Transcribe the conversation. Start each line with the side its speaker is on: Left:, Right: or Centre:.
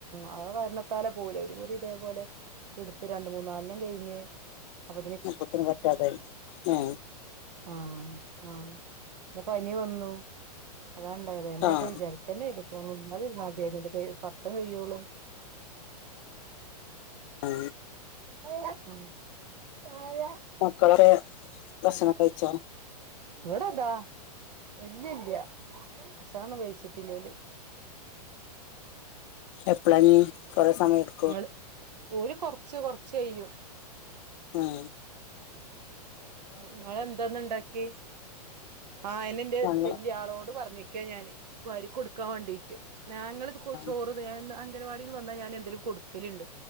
Right: ആ കാരണത്താല പോലെ, ഒരു കുറി ഇതേപോലെ, എടുത്ത് രണ്ട്‌ മൂന്നാലണ്ണം കഴിഞ്ഞ് അപ്പ
Left: അപ്പോത്തിന് പറ്റാതായി. ഏഹ്
Right: ആഹ് ആ പിന്നെ പനി വന്നു. അതാണ്ടായത് എന്നെപ്പൊ
Left: ആഹ്
Right: വിചാരിക്കേന്നേനു ഇപ്പതിരുന്നത് <unintelligible> പത്ത് കയ്യൊള്ളു
Left: ആ
Right: <unintelligible>
Left: മക്കളൊക്കെ ഭക്ഷണം കഴിച്ചോ
Right: ഇവടെതാ ഇല്ലല്ലാ ഭക്ഷണൊന്നും കഴിച്ചിട്ടില്ല ഓല്
Left: എപ്പളാഞ്ഞി കൊറേ സമയെട്
Right: ങ്ങള് ഓല് കൊറച്ച് കൊറച്ച് കെയ്യും
Left: ഉം
Right: ങ്ങളെന്താന്ന് ണ്ടാക്കിയേ ആയെന്ന് ന്റെ
Left: ഞങ്ങള്
Right: വല്ല്യാളോട് പറഞ്ഞേക്കാ ഞാന് വാരി കൊടുക്കാൻ വേണ്ടീട്ട് ഞങ്ങള്ത്
Left: ആ
Right: ചോറ് വേണ്ട അംഗനവാടിന്ന് വന്നാൽ ഞാൻ എന്തെലും കൊടുക്കലുണ്ട്